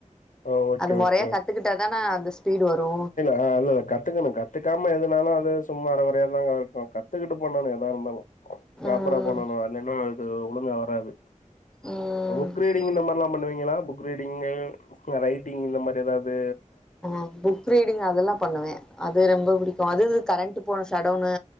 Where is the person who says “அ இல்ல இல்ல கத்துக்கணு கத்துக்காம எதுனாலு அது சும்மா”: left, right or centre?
Left